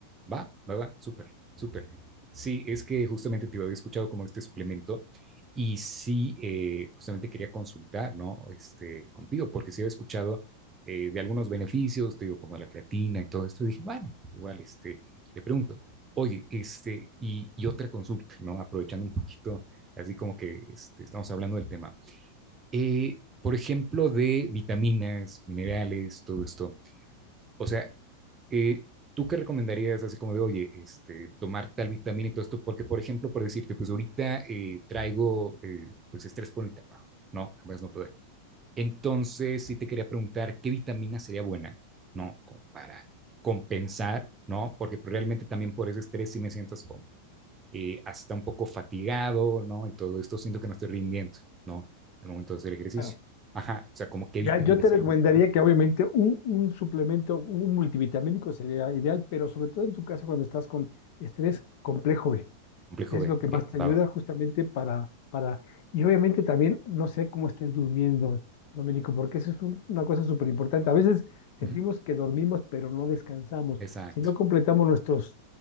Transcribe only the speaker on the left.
Claro.
Ya,
yo te
recomendaría
que obviamente un, un suplemento, un multivitamínico sería ideal, pero sobre todo en tu caso cuando estás con estrés complejo B,
es
lo que
más te ayuda
justamente para, para, y obviamente también no sé cómo estés durmiendo, Domenico, porque eso es un- una cosa súper importante. A veces sentimos
que dormimos, pero no descansamos.
Si no completamos nuestros